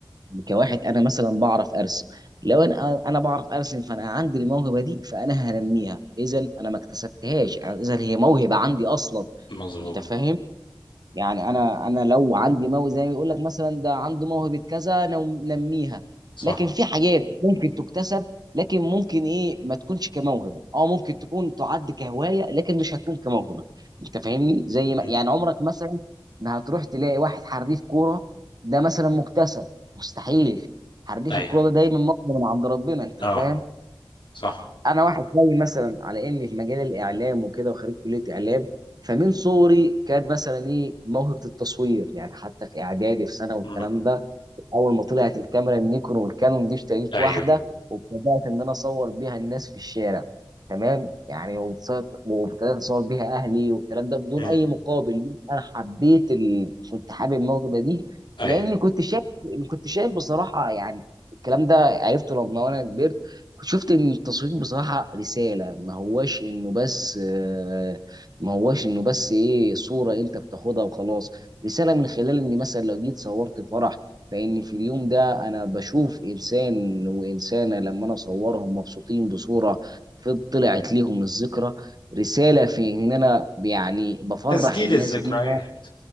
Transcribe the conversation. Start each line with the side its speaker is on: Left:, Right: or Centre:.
Right: يعني كواحد انا مثلا بعرف ارسم لو انا انا بعرف ارسم فانا عندي الموهبه دي فانا هنميها اذا انا ما اكتسبتهاش اذا هي موهبه عندي اصلا
Left: مظبوط
Right: انت فاهم يعني انا انا لو عندي موهبه زي ما بيقول لك مثلا ده عنده موهبه كذا نو- نميها
Left: صح
Right: لكن في حاجات ممكن تكتسب لكن ممكن ايه ما تكونش كموهبه اه ممكن تكون تعد كهوايه لكن مش هتكون كموهبه انت فاهمني زي ما
Left: امم
Right: يعني عمرك مثلا ما هتروح تلاقي واحد حريف كوره ده مثلا مكتسب مستحيل حريف
Left: ايوه
Right: الكوره ده دايما مقدم من عند ربنا انت فاهم
Left: اه صح
Right: انا واحد زي مثلا على اني في مجال الاعلام وكده وخريج كليه اعلام فمن صغري كان مثلا ايه موهبه التصوير يعني حتى في اعدادي في سنه والكلام
Left: امم
Right: ده اول ما طلعت الكاميرا النيكون والكانون دي اشتريت
Left: ايوه
Right: واحده وابتدات ان انا اصور بيها الناس في الشارع تمام يعني وبتص- وابتدات اصور بيها اهلي والكلام ده بدون
Left: امم
Right: اي مقابل انا حبيت ال... كنت حابب الموهبه دي
Left: ايوه
Right: لاني كنت شايف كنت شايف بصراحه يعني الكلام ده عرفته لما انا كبرت كنت شفت ان التصوير بصراحه رساله ما هواش انه بس آه، ما هواش انه بس ايه صوره انت بتاخدها وخلاص رساله من خلال اني مثلا لو جيت صورت فرح لان في اليوم ده انا بشوف انسان وانسانه لما انا اصورهم مبسوطين بصوره في طلعت ليهم الذكرى رساله في ان انا يعني بفرح
Left: تسجيل
Right: الناس
Left: الذكريات
Right: بيها